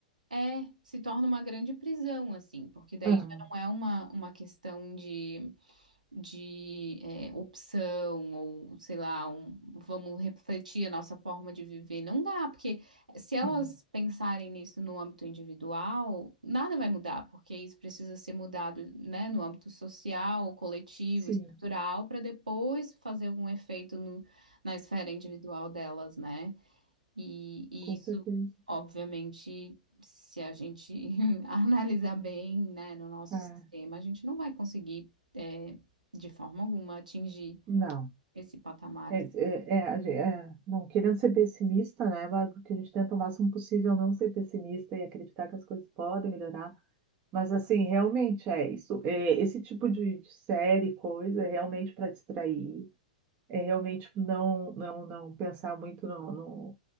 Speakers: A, on the right; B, on the right.
A: É, se torna uma grande prisão, assim, porque daí
B: Aham.
A: já não é uma, uma questão de de é, opção, ou sei lá, um, vamos refletir a nossa forma de viver. Não dá, porque se elas
B: aham,
A: pensarem nisso no âmbito individual, nada vai mudar, porque isso precisa ser mudado, né, no âmbito social, coletivo,
B: Sim,
A: estrutural, para depois fazer algum efeito no- na esfera individual delas, né? E, e
B: com
A: isso,
B: certeza.
A: obviamente, se a gente <laughs> analisar bem, né, no nosso
B: É,
A: sistema, a gente não vai conseguir, é, de forma alguma, atingir
B: não.
A: esse patamar.
B: É,
A: assim.
B: é, é, a gen- é, não querendo ser pessimista, né, Bárbara? Porque a gente tenta o máximo possível não ser pessimista e acreditar que as coisas podem melhorar. Mas assim, realmente é isso. É, esse tipo de, de série, coisa, é realmente para distrair. É realmente não, não, não pensar muito no, no-